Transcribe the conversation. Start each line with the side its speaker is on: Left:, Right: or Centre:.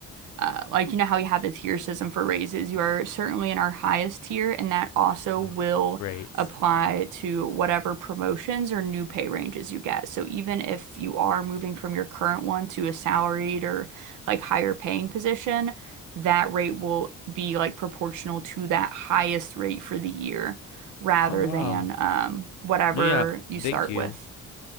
Right: uh, like, you know how we have the tier system for raises? You are certainly in our highest tier, and that also
Left: Oh,
Right: will
Left: great.
Right: apply to whatever promotions or new pay ranges you get. So even if you are moving from your current one to a salaried or like higher paying position, that rate will be like proportional to that highest rate for the year rather
Left: Oh wow.
Right: than um, whatever
Left: No, yeah.
Right: you start
Left: Thank you.
Right: with.